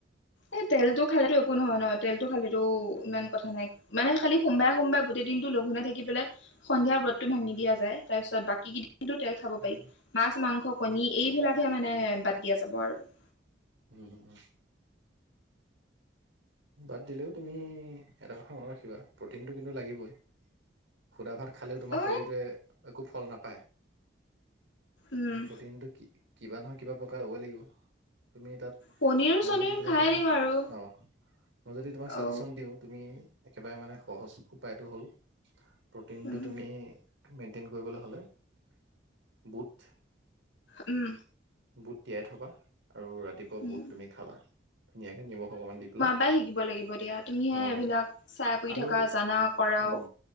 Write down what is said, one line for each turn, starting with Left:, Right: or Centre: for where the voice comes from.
Left: এ তেলটো খালে টো একো নহয় নহ তেলটো খালেতো ইমান কথা নাই। মানে খালি সোমবাই-সোমবাই গোটেই দিনটো লঘোনে থাকি পেলে সন্ধিয়াৰ ব্ৰতটো ভাঙি দিয়া যায় তাৰ পিছত বাকী কিন্তু তেল খাব পাৰি
Right: অ',
Left: মাছ, মাংস, কণী এইবিলাকহে
Right: অ',
Left: মানে বাদ দিয়া যাব আৰু।
Right: উম, <unintelligible> বাদ দিলেও তুমি এটা কথা মনত ৰাখিবা প্ৰটিনটো কিন্তু লাগিবই সুধা ভাত খালেও তোমাৰ
Left: অ
Right: শৰীৰটোৱে একো ফল নাপায়
Left: উম
Right: প্ৰটিনটো কি কিবা নহয় কিবা প্ৰকাৰ হ'বই লাগিব তুমি তাত
Left: পনীৰ চনীৰ
Right: মই যদি তোমাক
Left: খাই
Right: এটা
Left: দিম আৰু
Right: অ, মই যদি তোমাক চাজেচন
Left: অ
Right: দিওঁ তুমি একেবাৰে মানে সহজ উপায়টো হ'ল প্ৰ'টিনটো
Left: উম
Right: তুমি মেইনটেইন কৰিবলৈ হ'লে বুট
Left: উম,
Right: বুট তিয়াই থবা আৰু ৰাতিপুৱা
Left: উম
Right: বুট তুমি খাবা ধুনীয়াকে নিমখ অকমান দি পেলাই।
Left: বাই শিকিব লাগিব দিয়া তুমিহে
Right: অ',
Left: এইবিলাক চাই কৰি
Right: আৰু
Left: থাকা জানা কৰাও।
Right: উম